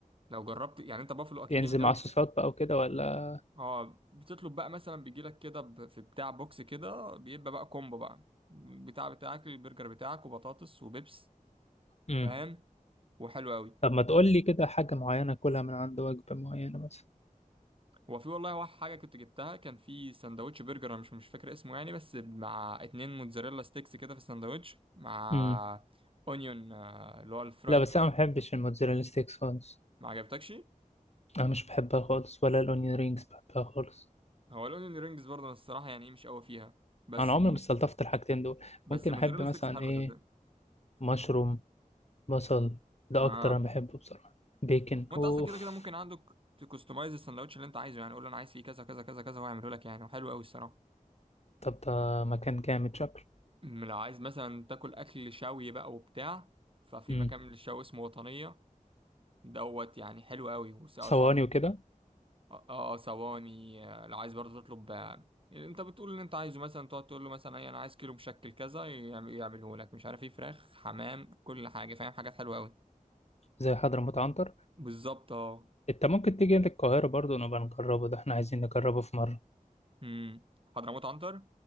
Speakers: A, on the right; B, on the left.
A: لو جربت يعني انت بافلو اكيد
B: ينزل
A: جامد
B: مع
A: قوي
B: صوصات بقى وكده ولا
A: اه بتطلب بقى مثلا بيجي لك كده ب- في بتاع بوكس كده بيبقى بقى كومبو بقى بتاع بتاعك البرجر بتاعك وبطاطس وبيبس
B: امم
A: فاهم وحلو قوي
B: طب ما تقول لي كده حاجة معينة كلها من عند وجبة معينة مثلا
A: هو في والله واحد حاجة كنت جبتها كان في سندوتش برجر أنا مش مش فاكر اسمه يعني بس مع اتنين موتزاريلا ستيكس كده في السندوتش مع
B: امم
A: اونيون آه، اللي هو الفرايد
B: لا بس
A: أونيون.
B: انا ما بحبش الموتزاريلا ستيكس خالص
A: ما عجبتكش
B: انا مش بحبها خالص ولا الاونيون رينجز بحبها خالص
A: هو الاونيون رينجز برضه أنا الصراحة يعني إيه مش قوي فيها بس
B: انا عمري ما استلطفت الحاجتين دول
A: بس
B: ممكن
A: الموتزاريلا
B: احب مثلا
A: ستيكس حلوة
B: ايه
A: صدق
B: مشروم بصل ده
A: اه
B: اكتر انا بحبه بصراحة بيكن
A: وانت
B: اوف
A: اصلا كده كده ممكن عندك تكستمايز السندوتش اللي انت عايزه يعني قول له انا عايز فيه كذا كذا كذا كذا وهيعمله لك يعني وحلو قوي الصراحة
B: طب ده مكان جامد شكله
A: أم لو عايز مثلا تاكل اكل شوي بقى وبتاع ففي
B: امم
A: مكان للشوي اسمه وطنية دوت يعني حلو قوي واسعاره
B: صواني وكده
A: اه آه، ثواني آه، لو عايز برضه تطلب آه، انت بتقول اللي انت عايزه مثلا تقعد تقول له مثلا اي انا عايز كيلو مشكل كذا يعم- يعمله لك مش عارف ايه فراخ حمام كل حاجه فاهم حاجات حلوه قوي
B: زي حضرموت عنتر
A: بالظبط اه
B: انت ممكن تيجي للقاهرة برضو نبقى نجربه ده احنا عايزين نجربه في مرة
A: امم حضرموت عنتر